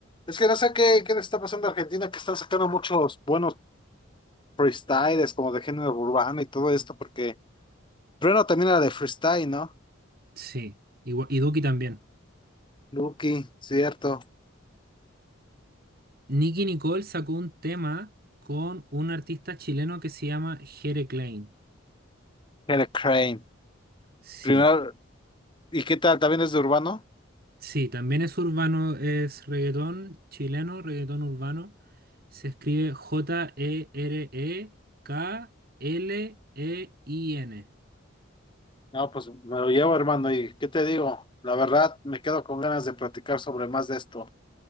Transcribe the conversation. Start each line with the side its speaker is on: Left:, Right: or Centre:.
Left: Es que no sé qué, qué le está pasando a Argentina, que están sacando muchos buenos freestyles, como de género urbano y todo esto, porque primero también era de freestyle, ¿no?
Right: Sí, igual, y Duki también.
Left: Lucky, cierto.
Right: Nicky Nicole sacó un tema con un artista chileno que se llama Jere Klein.
Left: Era Crane.
Right: Sí,
Left: Primero, ¿y qué tal? ¿También es de urbano?
Right: sí, también es urbano, es reggaetón chileno, reggaetón urbano. Se escribe J-E-R-E-K-L-E-I-N.
Left: No, pues me lo llevo, hermano, y ¿qué te digo? La verdad, me quedo con ganas de platicar sobre más de esto.